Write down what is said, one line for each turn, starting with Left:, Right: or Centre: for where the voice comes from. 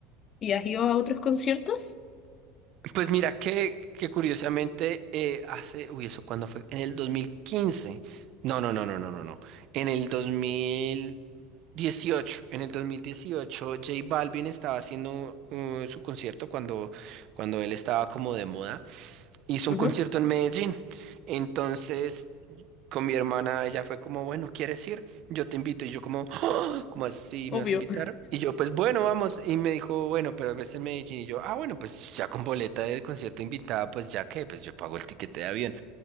Left: ¿Y has ido a otros conciertos?
Right: Pues mira que, que curiosamente eh, hace, uy, ¿eso cuándo fue? En el 2015. No, no, no, no, no, no, no. En el 2000... 18, en el 2018, J Balvin estaba haciendo uh, su concierto cuando, cuando él estaba como de moda. Hizo un
Left: Ujú,
Right: concierto en Medellín. Entonces, con mi hermana, ella fue como, bueno, ¿quieres ir? Yo te invito. Y yo como, "Ah, ¿cómo así
Left: obvio.
Right: me vas a invitar? Y yo, pues bueno, vamos. Y me dijo, bueno, pero es en Medellín. Y yo, ah, bueno, pues ya con boleta de concierto invitada, pues ya que, pues yo pago el tiquete de avión.